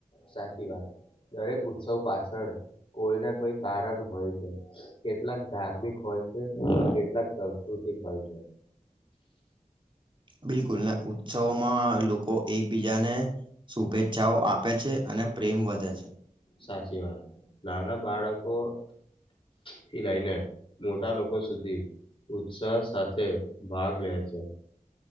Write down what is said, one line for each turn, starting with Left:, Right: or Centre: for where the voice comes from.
Left: સાચી વાત દરેક ઉત્સવ પાછળ કોઈ ના કોઈ કારણ હોય છે કેટલાક ધાર્મિક હોય કેટલાક સંસ્કૃતિક હોય છે
Right: બિલકુલ ઉત્સવમાં લોકો એકબીજાને શુભેચ્છાઓ આપે પે છે અને પ્રેમ વધે છે
Left: સાચી વાત, નાના બાળકો થી લઈને મોટા લોકો સુધી ઉત્સાહ સાથે ભાગ લે છે.